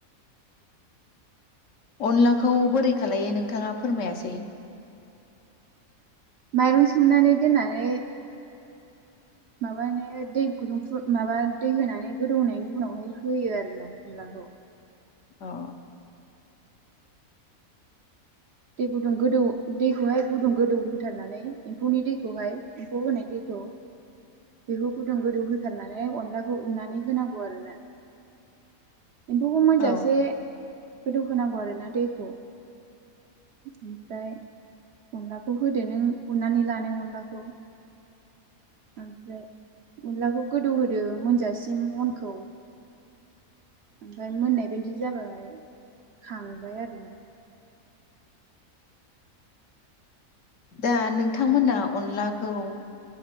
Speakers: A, on the left (about 65°); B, on the right (about 60°).
A: अनलाखौ
B: ओमफ्राय
A: बोरै खालायो नों नोंथाङा फोरमायासै
B: माइरं सोमनानै दोननानै माबानो दै गुदुंफ माबा दै होनानै गोदौनायनि उनावहाय होयो आरोना अनलाखौ
A: औ
B: दै गुदुं गोदौ दैखौहाय गुदुं गोदौ होथारनानै एम्फौनि दैखौहाय एम्फौ होनाय दैखौ बेखौ गुदुं गोदौ होथारनानै अनलाखौ उनानै होनांगौ आरोना एम्फौखौ मोनजासे
A: औ
B: गोदौ होनांगौ आरो ना दैखौ ओमफ्राय अनलाखौ होदो नों उरनानै लानाय अनलाखौ ओमफ्राय अनलाखौ गोदौहोदो मोनजासिम अनखौ ओमफ्राय मोननाय बायदि जाबाय खांबाय आरोना
A: दा नोंथांमोना अनलाखौ